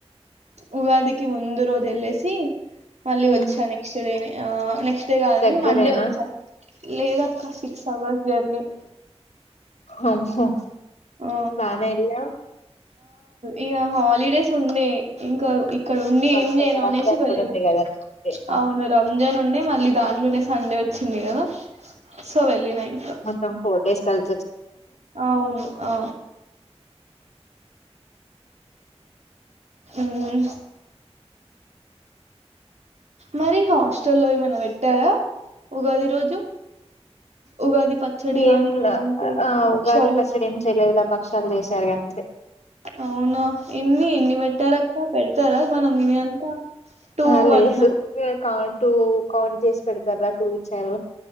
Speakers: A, on the right; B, on the left.
A: ఉగాదికి ముందు రోజు ఎల్లేసి మళ్లీ
B: హ్మ్.
A: వచ్చా నెక్స్ట్ డేనే ఆ న నెక్స్డే కాదు
B: దగ్గరేనా
A: మండే వచ్చా లేదక్క సిక్స్ అవర్స్ జర్నీ
B: హుం హు
A: ఆ
B: బానే వెళ్ళావ్
A: ఇగా హాలిడేస్ ఉండే ఇంకా ఈ ఇక్కడ ఉండి
B: వరుసగా
A: ఏం చేయను
B: రంజాన్
A: అనేసి వెళ్ళిన
B: కూడా ఉంది కదా నెక్స్ట్ డే. ఆహా!
A: అవును రంజాన్ ఉండే మళ్ళీ దాంట్లోనే సండే వచ్చి చిన్ని కదా సో వెళ్ళిన ఇంకా
B: మొత్తం ఫోర్ డేస్ కల్
A: అవును ఆ మ్మ్ మరి హాస్టల్లో ఏమైనా వేట్టారా ఉగాది రోజు ఉగాది పచ్చడి
B: ఏం
A: గాని లేదంటే
B: ఆ
A: భక్షాలు
B: ఉగాది పచ్చడి ఏం చేయలేదు ల పక్షాలు చేశారు గంతే
A: అవునా ఎన్ని ఎన్ని పెట్టారక్క పెడతారా మనం తినే అంతా టూ
B: ఆ
A: వన్
B: లేదు కౌ టూ కౌంట్ చేసి పెడతారా టూ ఇచ్చారు